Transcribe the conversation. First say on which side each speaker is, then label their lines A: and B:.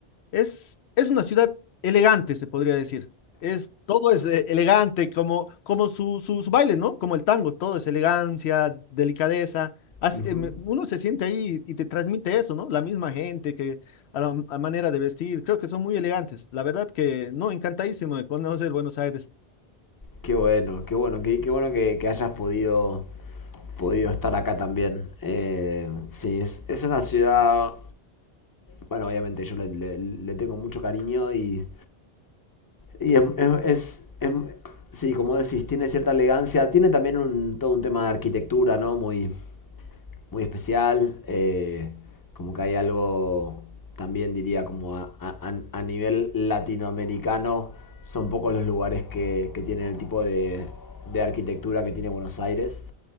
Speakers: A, on the left; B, on the left.
A: Es, es una ciudad elegante, se podría decir. Es, todo es eh, elegante, como, como su, su, su baile, ¿no? Como el tango, todo es elegancia, delicadeza. Así,
B: Ujú.
A: eh, me- uno se siente ahí y te transmite eso, ¿no? La misma gente que a la a manera de vestir, creo que son muy elegantes. La verdad que no, encantadísimo de conocer Buenos Aires.
B: Qué bueno, qué bueno, qué, qué bueno que, que hayas podido, podido estar acá también. Eh, sí, es, es una ciudad, bueno, obviamente yo le, le- le tengo mucho cariño y Y es, es- es- es- sí, como decís, tiene cierta elegancia, tiene también un, todo un tema de arquitectura, ¿no? Muy, muy especial, eh, como que hay algo también diría como a, a- a nivel latinoamericano son pocos los lugares que, que tienen el tipo de, de arquitectura que tiene Buenos Aires.